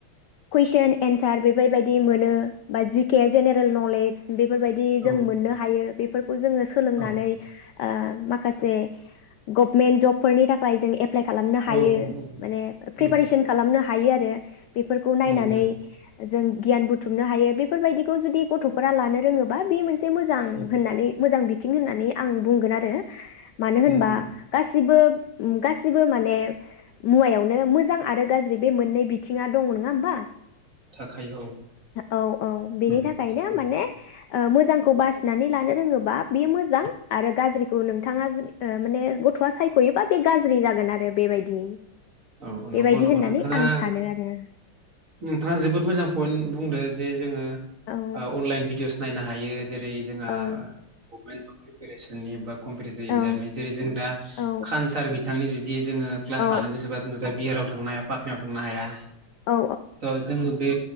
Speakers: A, on the left; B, on the right.
A: कुइसन एन्सार बेफायबायदि मोनो। बा जि के जेनेरेल नलेज। बेफोर बायदि जों
B: औ
A: मोननो हायो बेफो खौ जोङो सोलोंनानै
B: औ
A: ओ माखासे गभमेन्ट जबफोरनि थाखाय जों एप्लाय खालामनो हायो
B: औ औ
A: माने प्रिपारेसन
B: उम
A: खालामनो हा हायो आरो बेफोरखौ नायनानै
B: उम जों
A: जों गियान बुथुमनो हायो बेफोरबायदि खौ जुदि गथ'फोरा
B: औ
A: लानो रोङो बा बे मोनसे मोजां
B: उम
A: होननानै मोजां बिथिं होननानै आं बुंगोन आरो। मानो होनबा
B: उम
A: गासिबो गासिबो माने मुवायावनो मोजां आरो गाज्रि बे मोननै बिथिङा दङ नङा होनबा?
B: थाखायो औ
A: औ औ बेनि
B: उम
A: थाखायनो
B: उम
A: माने मोजांखौ बासि नानै लानो रोङोबा बेयो मोजां आरो गाज्रिखौ नोंथाङा माने गथ'आ सायख'योबा बे गाज्रि जागोन आरो बेबायदि।
B: औ औ
A: बेबायदि
B: नंगौ नंगौ
A: होननानै
B: नोंथाङा
A: आं सानो आरो
B: नोंथाङा जोबोद मोजां पइन्ट बुंदो जे जोङो अनलाइन
A: औ
B: भिदिअस नायना हायो जेरै जोंहा
A: औ
B: गभमेन्ट जब <unintelligible> कम्पेटिटिभ इजाम
A: औ
B: जेरै जों दा
A: औ
B: खानसार बिथांनि जु बिदि जोङो क्लास
A: औ
B: लानो गोसोबा बिहाराव थांनो हाया पाटनायाव थांनो हाया।
A: औ
B: ओ जोङो बे